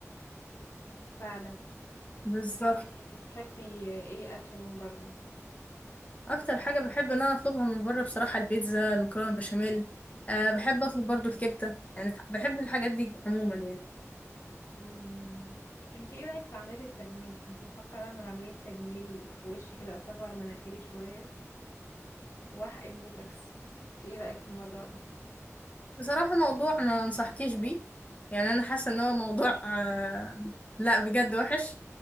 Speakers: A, on the left (about 65°); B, on the left (about 30°).
A: فعلا
B: بالظبط
A: انتي بتحبي ايه اكل من بره
B: اكتر حاجه بحب ان انا اطلبها من بره بصراحه البيتزا المكرونه البشاميل أه بحب اطلب برضو الكبده يعني بحب الحاجات دي عموما يعني
A: امم انت ايه رايك في عمليه التجميل كنت بفكر اعمل عمليه تجميل في وشي كده اصغر مناخيري شويه واحقن بوتوكس انت ايه رايك في الموضوع ده
B: بصراحه موضوع ما انصحكيش بيه يعني انا حاسه ان هو موضوع أه لا بجد وحش